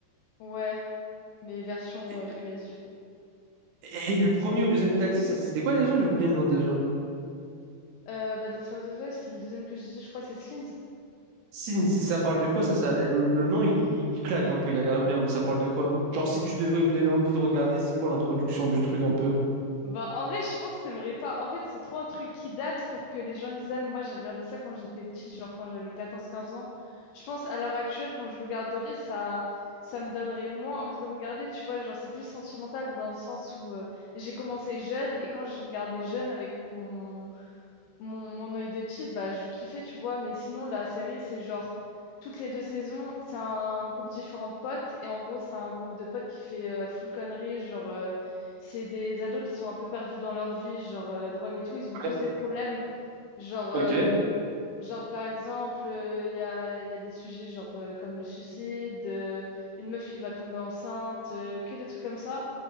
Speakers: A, on the left; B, on the right.
A: ouais, mais version
B: Et,
A: euh, US du coup.
B: et- et le premier ou deuxième que t'as dit, ça, c'était quoi déjà? J'ai oublié le nom déjà.
A: Euh, bah, Desperate Housewives, c'est le deuxième que je dis. Je crois que c'est Skins.
B: Si, si ça parle de quoi, ça, ça, le, le nom, il, il claque un peu, il a l'air bien, mais ça parle de quoi? Genre, si tu devrais me donner envie de regarder, c'est quoi l'introduction du truc un peu?
A: Bah, en vrai, je pense que t'aimerais pas. En fait, c'est trop un truc qui date pour que les gens ils aiment. Moi, j'ai regardé ça quand j'étais petite, genre quand j'avais quatorze quinze ans. Je pense à l'heure actuelle, quand je regarderais, ça, ça me donnerait moins envie de regarder, tu vois. Genre, c'est plus sentimental dans le sens où euh, j'ai commencé jeune et quand je regardais jeune avec mon mon, mon œil de cheat, bah, je kiffais, tu vois, mais sinon, la série, c'est genre, toutes les deux saisons, c'est un groupe différent de potes, et en gros, c'est un groupe de potes qui fait euh, full conneries, genre, euh, c'est des ados qui sont un peu perdus dans leur vie, genre, euh, drogue et tout, ils ont tous
B: Ouais,
A: des problèmes, genre,
B: ok.
A: euh, Genre, par exemple, euh, il y a, y a des sujets genre, euh, comme le suicide, euh, une meuf qui va tomber enceinte, euh, que des trucs comme ça.